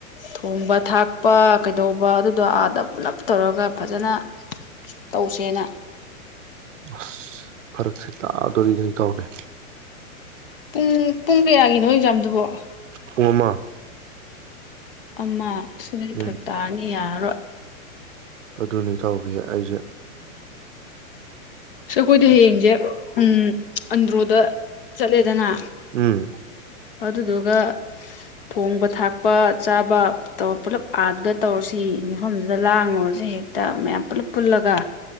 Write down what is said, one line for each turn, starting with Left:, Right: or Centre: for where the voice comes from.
Left: ꯊꯣꯡꯕ ꯊꯥꯛ ꯄ ꯀꯩꯗꯧꯕ ꯑꯗꯨꯗꯣ ꯑꯥꯗ ꯄꯨꯂꯞ ꯇꯧꯔꯒ ꯐꯖꯅ ꯇꯧꯁꯦꯅ
Right: ꯑꯁ ꯐꯔꯛꯁꯤ ꯇꯥꯗꯣꯔꯤꯗ ꯏꯇꯥꯎꯕꯤ
Left: ꯄꯨꯡ ꯄꯨꯡ ꯀꯌꯥꯒꯤꯅꯣ ꯑꯦꯛꯖꯥꯝꯗꯨꯕꯣ
Right: ꯄꯨꯡ ꯑꯃ
Left: ꯑꯃ ꯁ ꯗꯨꯗꯤ
Right: ꯎꯝ
Left: ꯐꯔꯛ ꯇꯥꯔꯅꯤ ꯌꯥꯔꯣꯏ ꯍ
Right: ꯑꯗꯨꯅꯤ ꯏꯇꯥꯎꯕꯤ ꯑꯩꯁꯦ
Left: ꯁ ꯑꯩꯈꯣꯏꯗꯤ ꯍꯌꯦꯡꯁꯦ ꯎꯝ ꯑꯟꯗ꯭ꯔꯣꯗ ꯆꯠꯂꯦꯗꯅ
Right: ꯎꯝ
Left: ꯑꯗꯨꯗꯨꯒ ꯊꯣꯡꯕ ꯊꯥꯛꯄ ꯆꯥꯕ ꯇꯧꯔ ꯄꯨꯜꯂꯞ ꯑꯥꯔꯠꯒ ꯇꯧꯔꯁꯤ ꯃꯐꯝꯗꯨꯗ ꯂꯥꯡꯉꯨꯔꯁꯤ ꯍꯦꯛꯇ ꯃꯌꯥꯝ ꯄꯨꯜꯂꯞ ꯄꯨꯜꯂꯒ